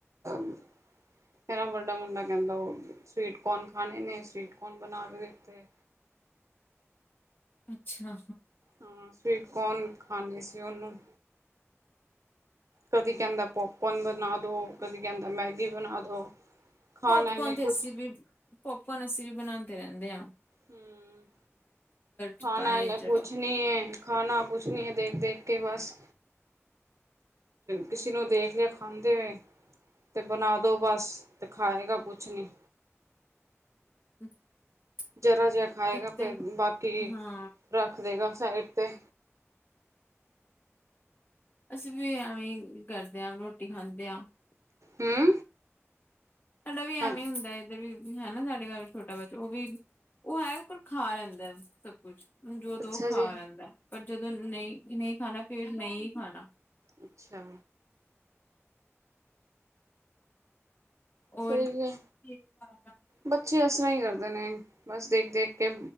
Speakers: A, on the right; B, on the left.
A: ਮੇਰਾ ਵੱਡਾ ਮੁੰਡਾ ਕਹਿੰਦਾ ਉਹ ਸਵੀਟਕੋਨ ਖਾਣੇ ਨੇ ਸਵੀਟਕੋਨ ਬਣਾ ਕੇ ਦਿੱਤੇ।
B: ਅੱਛਾ,
A: ਹਾਂ ਸਵੀਟ ਕੋਨ ਖਾਂਦੇ ਸੀ, ਉਹਨੂੰ ਕਦੀ ਕਹਿੰਦਾ ਪੋਪਕੋਨ ਬਣਾ ਦੋ ਕਦੀ ਕਹਿੰਦਾ ਮੈਗੀ ਬਣਾ ਦੋ। ਖਾਣਾ
B: ਪੋਪਕੋਨ
A: ਇਹਨੇ
B: ਤੇ
A: ਕੁਛ
B: ਅਸੀਂ ਵੀ ਪੋਪਕੋਨ ਅਸੀਂ ਵੀ ਬਣਾ। ਦੇ ਰਹਿੰਦੇ ਆਾਂ।
A: ਹੂੰ
B: ਚ
A: ਖਾਣਾ
B: ਪਾਏ
A: ਐਨੇ
B: ਚਲੋ
A: ਕੁਛ ਨੀ ਹੈ ਖਾਣਾ ਕੁਛ। ਕੁਛ ਨੀ ਦੇਖ ਦੇਖ, ਕੇ ਬਸ ਕਿਸੇ ਨੂੰ ਦੇਖ ਲਿਆ ਖਾਂਦੇ ਹੋਏ ਤੇ ਬਣਾ ਦੋ ਬਸ ਤੇ ਖਾਏਗਾ ਕੁਛ ਨੀ।
B: <unintelligible>
A: ਜ਼ਰਾ ਜਿਹਾ ਖਾਏਗਾ
B: ਇੱਕ ਤੇ
A: ਫਿਰ ਬਾਕੀ
B: ਹਾਂ
A: ਰੱਖ ਦੇਗਾ ਸਾਈਡ। <unintelligible>
B: ਅਸੀਂ ਵੀ ਐਵੇਂ ਕਰਦੇ ਹਾਂ ਰੋਟੀ ਖਾਂਦੇ ਹਾਂ।
A: ਹੂੰ,
B: ਸਾਡਾ ਵੀ ਐਵੇਂ
A: ਹਾਂ
B: ਹੁੰਦਾ ਐਦੇ ਵੀ। ਹੈ ਨਾ ਸਾਡੇ ਘਰ ਛੋਟਾ ਬੱਚਾ ਉਹ ਵੀ ਉਹ ਹੈ ਪਰ ਖਾ ਲੈਂਦਾ ਸਭ ਕੁਛ। ਜੋਦੋ
A: ਅੱਛਾ
B: ਖਾ
A: ਜੀ।
B: ਲੈਂਦਾ ਪਰ। ਜਦੋਂ ਨਹੀਂ-ਨਹੀਂ ਖਾਣਾ ਫੇਰ ਨਹੀਂ ਖਾਣਾ।
A: ਅੱਛਾ, ਸਹੀ
B: ਔਰ
A: ਹੈ
B: ਸਹੀ
A: ਬੱਚੇ ਇਸ ਤਰ੍ਹਾਂ ਹੀ ਕਰ। ਕਰਦੇ ਨੇ, ਬਸ ਦੇਖ-ਦੇਖ ਕੇ।